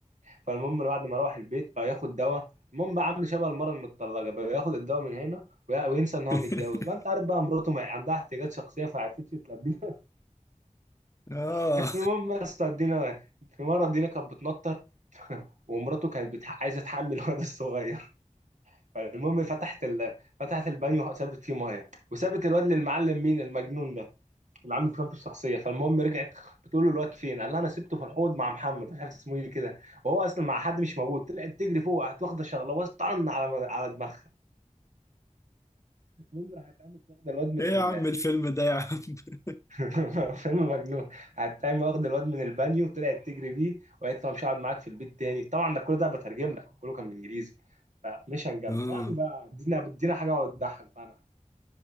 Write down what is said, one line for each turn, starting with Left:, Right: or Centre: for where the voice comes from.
Right: فالمهم بعد ما روح البيت بقى ياخد دواء المهم بقى عامل شبه المرة المتطلقة بقى ياخد الدواء من هنا وي- وينسى ان هو
Left: <laughs>
Right: متجوز ما انت عارف بقى مراته ما عندها احتياجات شخصية فعرفتش تلبيها
Left: اه
Right: <laughs> المهم يا اسطى الدينا في مرة الدينا كانت بتنطر ومراته كانت بتح... عايزة تحمل <laughs> الولد الصغير فالمهم فتحت ال... فتحت البانيو سابت فيه ميه وسابت الواد للمعلم مين المجنون ده اللي عنده بطاقته الشخصيه فالمهم رجعت بتقول له الواد فين قال لها انا سبته في الحوض مع محمد مش عارف اسمه ايه كده وهو اصلا مع حد مش موجود طلعت تجري فوق قعدت واخده شغله طن على على دماغها المهم راحت قامت واخده الواد من
Left: ايه
Right: ال...
Left: يا عم الفيلم ده يا عم <laughs>
Right: <laughs> فيلم مجنون قعدت قايمه واخده الواد من البانيو وطلعت تجري بيه وقالت له أنا مش هقعد معاك في البيت تاني طبعا ده كل ده بترجم لك وكله كان بالانجليزي فمش هنجمع
Left: اه
Right: يا عم بقى ادينا ادينا حاجه تضحك بقى